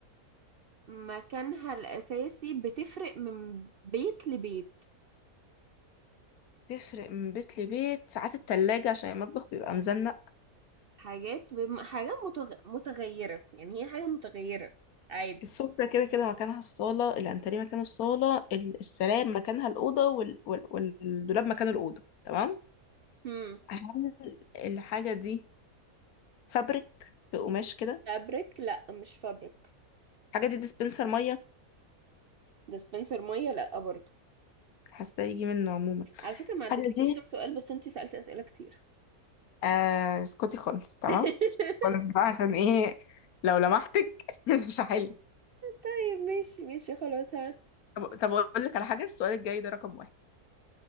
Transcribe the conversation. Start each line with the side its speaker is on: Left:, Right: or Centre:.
Right: مكانها الاساسي بتفرق من بيت لبيت
Left: تفرق من بيت لبيت ساعات التلاجة عشان المطبخ بيبقى مزنق
Right: حاجات بم- حاجه متغ... متغيره يعني هي حاجه متغيره عادي
Left: السفرة كده كده مكانها الصالة الأنتريه مكانه الصالة ال- السراير مكانها الأوضة وال... وال... والدولاب مكانه الأوضة تمام
Right: هم
Left: هل الحاجة دي فابريك بقماش كده
Right: فابريك لا مش فابريك
Left: الحاجة دي ديسبنسر مية
Right: ديسبنسر ميه لا برضه
Left: حاسة يجي منه عموما
Right: على فكره ما عدتلكيش
Left: الحاجة دي
Right: كام سؤال بس انتي سالتي اسئله كتير
Left: آه اسكتي خالص تمام
Right: <laughs>
Left: خالص بقى عشان ايه لو لمحتك <laughs> مش هحل
Right: طيب ماشي ماشي خلاص ها
Left: طب طب اقول لك على حاجة السؤال الجاي ده رقم واحد